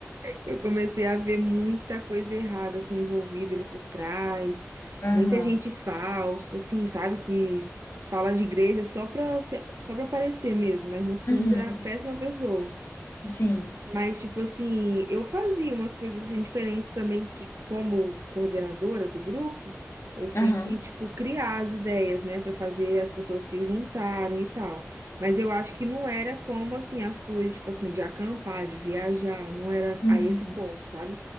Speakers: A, on the right; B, on the left.
A: Eu comecei a ver muita coisa errada, assim, envolvida ali por trás,
B: Aham.
A: muita gente falsa, assim, sabe, que fala de igreja só pra, ser- só pra aparecer mesmo, mas no fundo
B: Uhum.
A: é a péssima pessoa.
B: Sim.
A: Mas, tipo assim, eu fazia umas coisas assim, diferentes também, que como coordenadora do grupo, eu tinha
B: Aham.
A: que, tipo, criar as ideias, né, Pra fazer as pessoas se juntarem e tal. Mas eu acho que não era como, assim, as suas, tipo assim, de acampar, de viajar, não era
B: Uhum.
A: a esse ponto, sabe?